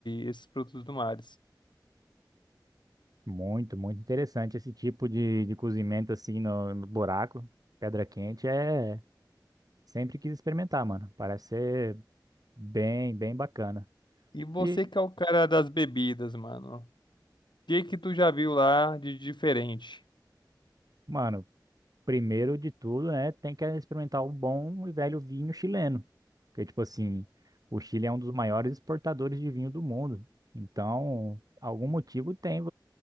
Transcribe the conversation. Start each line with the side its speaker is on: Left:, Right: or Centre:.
Left: esses frutos do mar.
Right: Muito, muito interessante esse tipo de, de cozimento assim no, no buraco, pedra quente, é sempre quis experimentar, mano. Parece ser bem, bem bacana.
Left: E você
Right: E,
Left: que é o cara das bebidas, mano. O que que tu já viu lá de diferente?
Right: mano, primeiro de tudo, né, tem que experimentar o bom e velho vinho chileno. Porque, tipo assim, o Chile é um dos maiores exportadores de vinho do mundo. Então, algum motivo tem